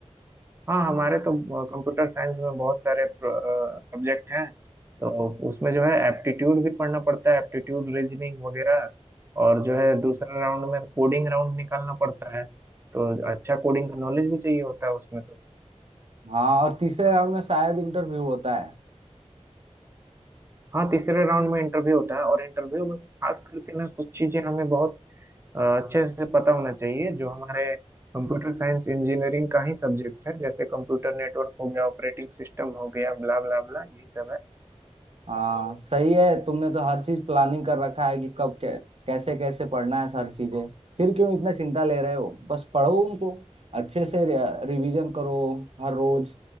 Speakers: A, on the right; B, on the right.
A: हाँ हमारे तो कंप्यूटर साइंस में बहुत सारे सब्जेक्ट हैं तो उसमें जो है एप्टीट्यूड भी पढ़ना पड़ता है एप्टीट्यूड रीजनिंग वगैरह और जो है दूसरा राउंड में कोडिंग राउंड निकालना पड़ता है तो अच्छा कोडिंग का नॉलेज भी चाहिए होता है उसमें तो
B: हाँ और तीसरे राउंड में शायद इंटरव्यू होता है
A: हाँ तीसरे राउंड में इंटरव्यू होता है और इंटरव्यू में खास करके ना कुछ चीजें हमें बहुत अ, अच्छे से पता होना चाहिए जो हमारे कंप्यूटर साइंस इंजीनियरिंग का ही सब्जेक्ट है जैसे कंप्यूटर नेटवर्क हो गया ऑपरेटिंग सिस्टम हो गया ब्ला ब्ला ब्ला यही सब है
B: हाँ सही है तुमने तो हर चीज प्लानिंग कर रखा है कि कब कै, कैसे कैसे पढ़ना है हर चीजें फिर क्यों इतना चिंता ले रहे हो बस पढ़ो उनको अच्छे से रिवीजन करो हर रोज